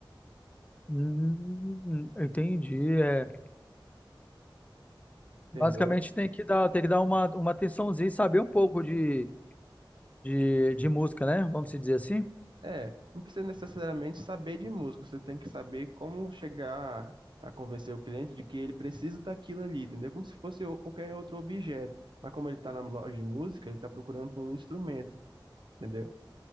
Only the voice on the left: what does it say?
Hum, entendi. É.
Basicamente tem que dar, tem que dar uma, uma atençãozinha e saber um pouco de, de, de música, né? Vamos se dizer assim.